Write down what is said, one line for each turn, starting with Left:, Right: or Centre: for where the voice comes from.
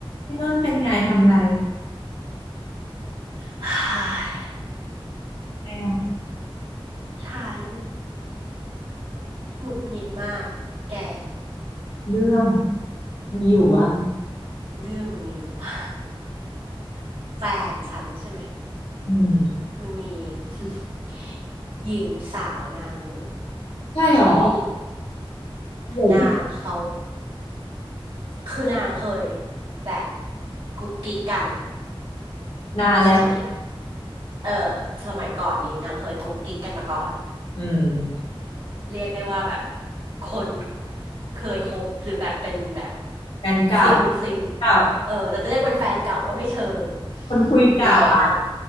Left: พี่นุ่นเป็นไงทำอะไร
Right: <sighs> ฮ่าย
Left: ไม่อะ
Right: ฉันหงุดหงิดมากแก
Left: เรื่องมีอยู่ว่า
Right: เรื่องมันมีอยู่ <laughs> ว่า <laughs> แฟนฉันใช่ไหม
Left: อืม
Right: มันมี <laughs> หญิงสาวนางหนึ่ง
Left: ใช่หรอ
Right: ที่
Left: เดี๋ยวที่
Right: นางเขาคือนางเคยแบบกุ๊กกิ๊กกัน
Left: นานแล้ว
Right: สมัยเออสมัยก่อนนี้นางเคยกุ๊กกิ๊กกันมาก่อน
Left: อืม
Right: เรียกได้ว่าแบบคนเคยคบหรือแบบเป็นแบบ
Left: แฟนเก่า
Right: ฟลิงฟลิง
Left: เก่า
Right: เออแต่จะเรียกเป็นแฟนเก่าก็ไม่เชิง
Left: คนคุยเก่าอะ
Right: แล้ว